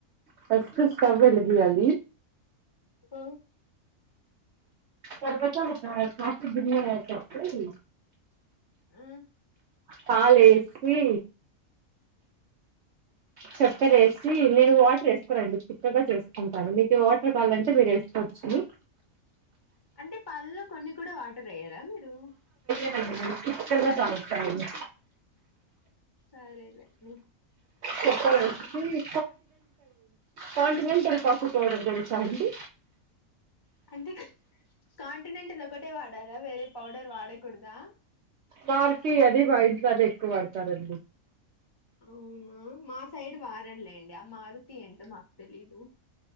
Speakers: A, on the right; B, on the left.
A: ఫస్ట్ స్టవ్ వెలిగియ్యాలి
B: హ
A: తర్వాత ఒక ప్లాస్టిక్ గిన్నె లో పెట్టీ
B: మ్మ్
A: పాలేసి చెక్కెరేసి నేను వాటర్ వేసుకోనండి చిక్కగా చేసుకుంటాను మీకు వాటర్ కావాలంటే మీరు వేసుకోండి <inaudible>
B: అంటే పాలల్లో కొన్ని కూడా వాటరేయ్యరా మీరు
A: ఆ చిక్కగా తాగుతాండీ
B: సరే లేండి
A: చక్కెర వేసి కాంటినెంటల్ కాఫీ పౌడర్ తెలుసా అండి
B: అంటే కాంటినెంటల్ ఒకటే వాడాలా వేరే పౌడర్ వాడకూడదా
A: మారుతి అదే మా ఇంట్లో అదే ఎక్కువ వాడతారండి
B: అవునా మా సైడ్ వాడరు లెండి ఆ మారుతి ఏంటో మాకు తెలీదు